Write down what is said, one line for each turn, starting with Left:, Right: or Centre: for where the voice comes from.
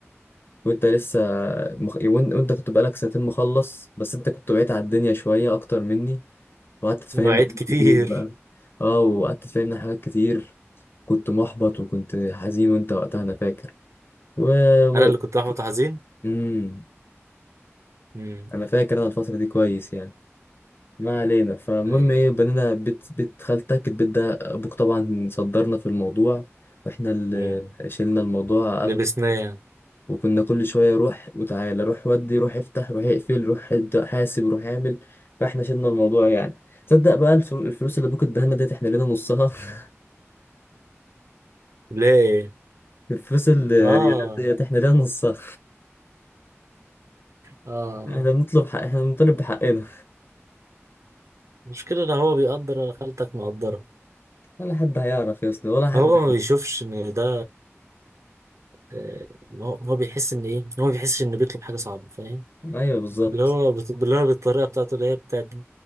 Left: وانت لسه مخ... إيه، وان- وانت كنت بقالك سنتين مخلص بس انت كنت بعيد على الدنيا شوية اكتر مني وقعدت تفهمنا
Right: مواعيد
Left: حاجات
Right: كتير
Left: كتير بقى اه وقعدت تفهمنا حاجات كتير كنت محبط وكنت حزين وانت وقتها انا فاكر و... و...
Right: انا اللي كنت احبط حزين
Left: مم.
Right: امم
Left: انا فاكر انا الفترة دي كويس يعني ما علينا فالمهم
Right: ايوه
Left: ايه بنينا بيت بيت خالتك البيت ده ابوك طبعا صدرنا في الموضوع واحنا اللي
Right: امم
Left: شلنا الموضوع
Right: لبسناه
Left: وكنا كل شوية روح وتعالى روح ودي روح افتح روح اقفل روح ابدأ حاسب روح اعمل فاحنا شلنا الموضوع يعني تصدق بقى الف- الفلوس اللي ابوك اداها لنا ديت احنا لينا نصها <laughs>
Right: ليه
Left: الفلوس الريالات
Right: اه
Left: ديت احنا لينا نصها
Right: اه
Left: احنا بنطلب حق احنا بنطالب بحقنا
Right: المشكلة ان هو بيقدر انا خالتك مقدرة
Left: ولا حد هيعرف يا اسطى ولا حد
Right: هو ما
Left: هيت
Right: بيشوفش ان ده آه، هو هو بيحس ان ايه هو ما بيحسش ان بيطلب حاجة صعبة فاهم
Left: ايوه بالظبط
Right: اللي هو بت- اللي هو بالطريقة بتاعته اللي هي بتاعت